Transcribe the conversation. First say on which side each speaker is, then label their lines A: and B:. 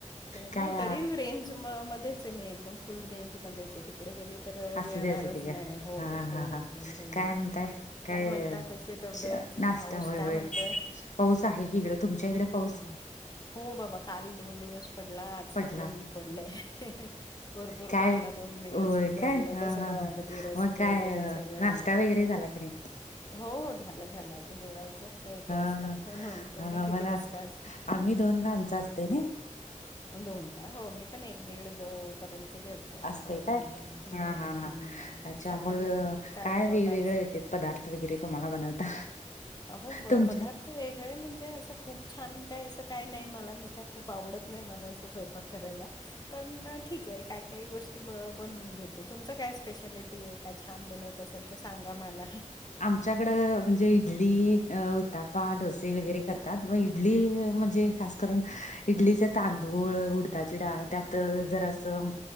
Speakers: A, on the left; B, on the left.
A: ते नाही
B: काय
A: तरी रेंज मध्येच आहे. मी एकदम फुल रेंज मध्येच आहे. तिकडे गेली तर, येणारच
B: असुदे असुदे घ्या,
A: नाही हो
B: हा
A: हो
B: हा हा
A: हो हो
B: काय म्हणताय, काय.
A: म्हणता कशी तब्येत
B: नाष्टा,
A: पाऊस
B: होय
A: काय
B: होय
A: म्हणतोय
B: पाऊस आहे की इकडं. तुमच्या इकडे, पाऊस
A: हा, हो बाबा काल दोन दिवस. पडला आज
B: पडला
A: चांगलं ऊन पडलय, भरपूर
B: काय
A: पडला दोन दिवस
B: होय
A: भरलेलं
B: काय हा
A: सगळं.
B: हा हा
A: रस्ते
B: मग काय
A: वगैरे सगळे,
B: नाश्ता वगैरे झाला की नाही
A: हो हो झालं झालं. जेवायचं, एक
B: हा
A: वाजता तुम्ही
B: हा
A: किती
B: मग नाश्ता
A: वाजता. आज
B: आम्ही दोन ला, आमचा असतय नयी
A: दोन ला, हो मी पण एक दीड पर्यंत जेवते आपलं.
B: असतय काय
A: हम्म
B: हा, हा, हा,
A: हम्म
B: अच्छा
A: काय
B: मग
A: ज-
B: काय
A: बनवलं
B: वेगवेगळे.
A: आज
B: ते पदार्थ वगैरे तुम्हाला बनवता.
A: अहो
B: तुमच्या
A: पदार्थ वेगळे म्हणजे, असं खूप छान काय असं काय नाही, मला मी काय खूप आवडत. नाही मला अस स्वयंपाक करायला. पण ठीके काय काही गोष्टी बनवून घेते. तुमचं काय स्पेशालिटी आहे. काय छान बनवत असाल तर सांगा मला.
B: आमच्याकडे म्हणजे इडली उत्ताप्पा, डोसे वगैरे करतात. व इडली. म्हणजे खास करून इडलीचे तांदूळ, उडदाची डाळ त्यात जरासं.